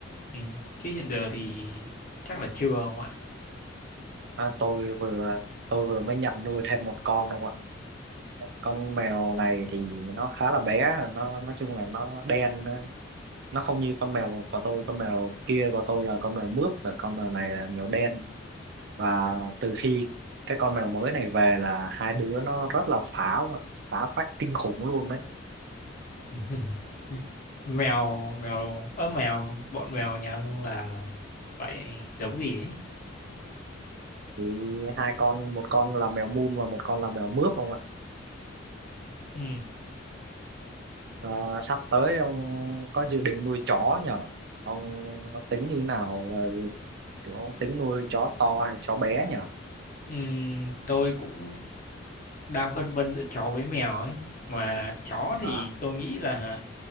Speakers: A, on the left; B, on the right.
A: ừ. chứ hiện giờ thì chắc là chưa không ạ
B: à, tôi vừa tôi vừa mới nhận nuôi thêm một con không ạ con mèo này thì nó khá là bé nó nói chung là nó đen nó nó không như con mèo của tôi con mèo kia của tôi là con mèo mướp và con mèo này là mèo đen và từ khi cái con mèo mới này về là hai đứa nó rất là phá ông ạ. phá phách kinh khủng luôn đấy
A: <laughs> mèo mèo ớ mèo bọn mèo nhà ông là vậy giống gì ấy
B: thì hai con một con là mèo mun và một con là mèo mướp không ạ
A: ừ.
B: Và sắp tới ông có dự định nuôi chó nhở ông tính như thế nào về việc- kiểu ông tính nuôi chó to hay chó bé nhở
A: Ừ. tôi cũng đang phân vân giữa chó với mèo ấy mà chó thì
B: à,
A: tôi nghĩ là